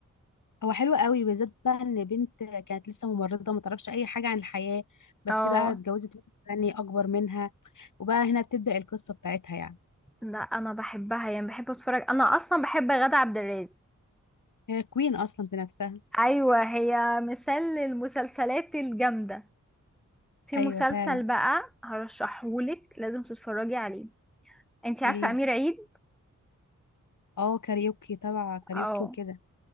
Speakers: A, on the left (about 80°); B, in the centre.
A: هو حلو قوي بالذات بقى ان بنت كانت لسه ممرضة ما تعرفش اي حاجة عن الحياة بس
B: اه
A: بقى اتجوزت واحد تاني اكبر منها وبقى هنا بتبدأ القصة بتاعتها يعني
B: لا انا بحبها يعني بحب اتفرج انا اصلا بحب غادة عبد الرازق
A: هي كوين اصلا في نفسها
B: ايوه هي مثال للمسلسلات الجامدة في
A: ايوه
B: مسلسل
A: فعلا
B: بقى هرشحهولك لازم تتفرجي عليه انتي
A: قوليلي
B: عارفة امير عيد
A: اه كاريوكي تبع كاريوكي
B: اه
A: وكده